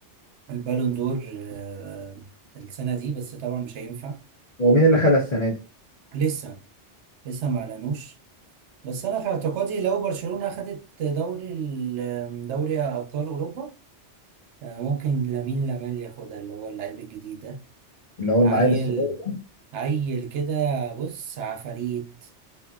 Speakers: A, on the right (about 75°); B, on the left (about 45°).
A: البالون دور آه، السنه دي بس طبعا مش هينفع
B: هو مين اللي خدها السنة دي
A: لسه لسه ما اعلنوش بس انا في اعتقادي لو برشلونه اخدت دوري ال- آه، دوري ابطال اوروبا آه، ممكن لامين يامال ياخدها اللي هو اللعيب الجديد ده
B: اللي هو
A: عيل
B: العيل الصغير ده
A: عيل كده بص عفاريت